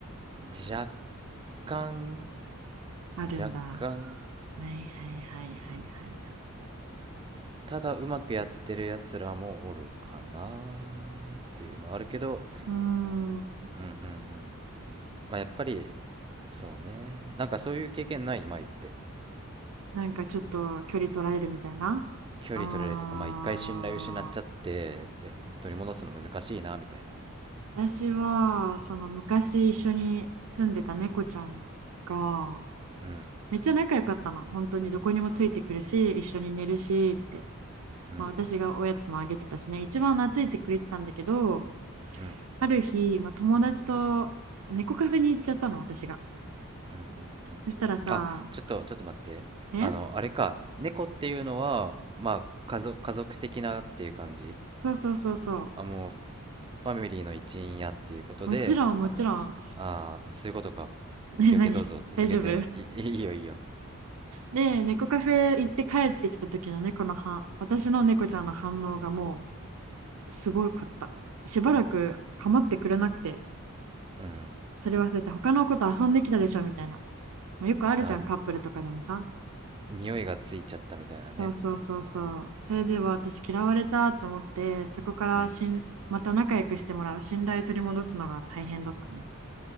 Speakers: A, on the right (about 25°); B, on the right (about 80°).
A: 若干
B: あるんだ。
A: 若干
B: はいはいはいはいはいはい。
A: ただうまくやってるやつらもおるかなっていうのはあるけど
B: うーん、
A: うんうんうんまあやっぱりそうねなんかそういう経験ない舞って
B: なんかちょっと距離取られるみたいな。
A: 距離取られるというかまあ一回信頼失っちゃってで取り戻すの難しいなみたいな
B: あ私は、その昔一緒に住んでた猫ちゃんが、
A: うん
B: めっちゃ仲良かったの。本当にどこにもついてくるし、一緒に寝るしって。
A: うん
B: まあ私がおやつもあげてたしね、一番懐いてくれてたんだけど、
A: うん
B: ある日、まあ、友達と猫カフェに行っちゃったの、私が。
A: うんうんうんあちょっとちょっと待ってあのあれか猫っていうのはまあ家族、
B: そしたらさ、ね
A: 家族的なっていう感じ
B: そうそうそうそ
A: あもうファミリーの一員やっていうことであだあーそういうことかオッケーオッケーどうぞ続けてい、
B: う。もちろん、もちろん。<laughs> ね、何大丈夫
A: いいよいいよ
B: で、猫カフェ行って帰ってきた時の猫の反私の猫ちゃんの反応がもう、すごかった。しばらく構ってくれなくて、
A: うん
B: それ忘れて他の子と遊んできたでしょみたいな。まあ、よくあるじゃん、
A: あに
B: カップルとかでもさ。
A: 匂いがついちゃったみたいなね
B: そうそうそうそう。
A: うん
B: それでは私嫌われたと思って、そこからしん、
A: うん
B: また仲良くしてもらう、信頼取り戻すのが大変だったね。